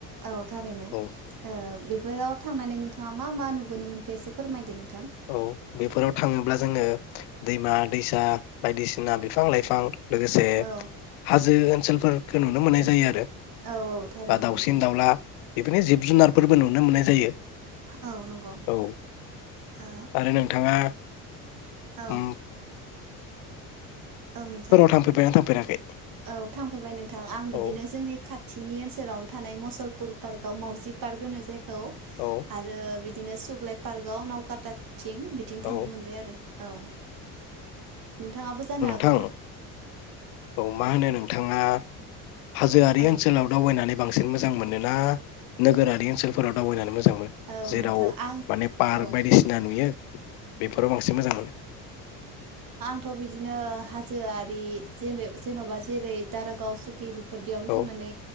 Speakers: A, on the right; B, on the left.
A: औ थारैनो
B: औ
A: ओ बेफोराव थांनानै नोंथाङा मा मा नुबोनो मोनखो एसे फ फोरमायदो नोंथां
B: औ बेफोराव थाङोब्ला जोङो दैमा दैसा बायदिसिना बिफां लाइफां लोगोसे
A: औ
B: हाजो ओनसोलफोरखौ नुनो मोननाय जायो आरो।
A: औ औ थारैनो
B: बा दाउसिन
A: नंगौ
B: दाउला बिदिनो जिब जुनारफोरबो नुनो मोननाय जायो।
A: औ नंगौ।
B: औ
A: ओ
B: आरो नोंथाङा
A: औ
B: उम्म
A: औ नोंथां
B: थांफेरबायना थांफेराखै
A: औ थांफेरबाय नोंथां आं बिदिनो
B: औ
A: जोंनि खाथिनि ओनसोलावनो थ थानाय मसलपुर पार्कआव मावजि पार्क होनो जायख औ‌
B: औ
A: आरो बि बिदिनो सुग्लाय पार्काव नावकाता थिं बिथिं
B: औ
A: थांनो मोनबाय आरो औ। नोंथाङाबो जानो हाग
B: थां औ मा होनो नोंथाङा हाजोआरि
A: औ
B: ओनसोलाव दावबायनानै बांसिन मोजां मोनोना नोगोरारि ओनसोलफोराव दावबायनानै मोजां मोनो? मोनो
A: औ
B: जेराव
A: नोंथां आं
B: माने पार्क
A: औ
B: बायदिसिना नुयो। बेफोराव बांसिन मोजां मोनो
A: थ' बिदिनो हाजोआरि जेने-जेन'बा जेरै दारागाव सुक दि बेफोरदियावनो
B: औ
A: थांनानै